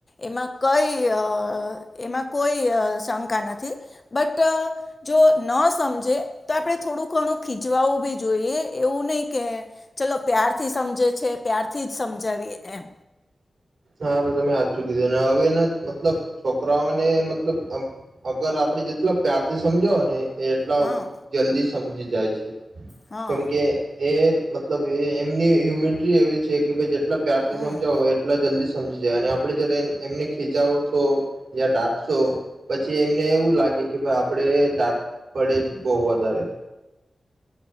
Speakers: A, on the left; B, on the right.
A: એમાં કઈ એમાં કોઈ શંકા નથી બટ જો ન સમજે તો આપડણે થોડું ઘણું ખીજવાું બી જોઈએ એવું નહી કે ચલો પ્યારથી સમજે છે પ્યારથી જ સમજાવીએ એમ
B: હા તો તમે આચું કીધું ને હવે મતલબ છોકરાઓને મતલબ અગર આપડે જેટલા પ્યાર થી સમજાવો ને એટલા
A: હા
B: જલ્દી સમજીી જાય છે
A: હા
B: કેમ કે એક મતલબ એ એમની હ્યુમિનિટી એવી છે કે ભાઈ જેટલા પ્યારથી
A: હા
B: સમજાવો એટલા જલ્દી સમજી જાય અને આપણે જયારે એમ એમને ખીજાવશો યા દાટશો પછી એમને એવું લાગે કે ભઈ આપણે પડે જ બહુ વધારે.